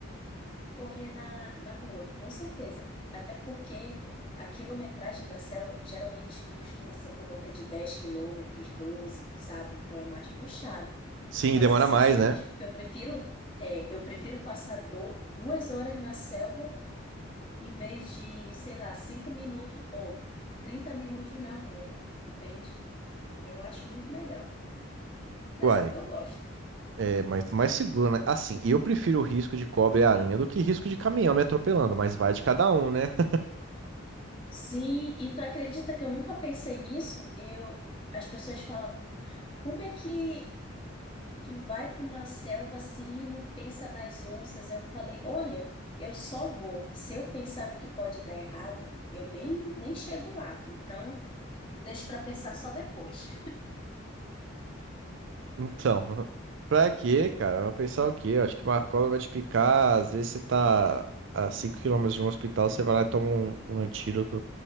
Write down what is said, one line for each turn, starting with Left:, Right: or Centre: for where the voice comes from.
Left: correr na, na rua, com certeza. Até porque a quilometragem da selva geralmente costuma ser por volta de 10 quilômetros, 12, sabe? Então é mais puxado.
Right: Sim,
Left: Mas
Right: e demora
Left: assim,
Right: mais,
Left: eu sempre
Right: né?
Left: digo que eu prefiro, é, eu prefiro passar do, duas horas na selva em vez de, sei lá, cinco minutos ou 30 minutos na rua, entende? Eu acho muito melhor. Mas
Right: Uai,
Left: é porque eu gosto.
Right: é mais, mais seguro, né? Assim, eu prefiro o risco de cobra e aranha do que risco de caminhão me atropelando, mas vai de cada um, né? <laughs>
Left: Sim, e tu acredita que eu nunca pensei nisso? Eu, as pessoas falavam, como é que tu vai para uma selva assim e não pensa nas onças. Aí eu falei, olha, eu só vou. Se eu pensar no que pode dar errado, eu nem, nem chego lá. Então, deixa para pensar só depois.
Right: Então, pra quê, cara? Vai pensar o quê? Eu acho que uma cobra vai te picar, às vezes você tá a 5 quilômetros de um hospital, você vai lá e toma um, um antídoto.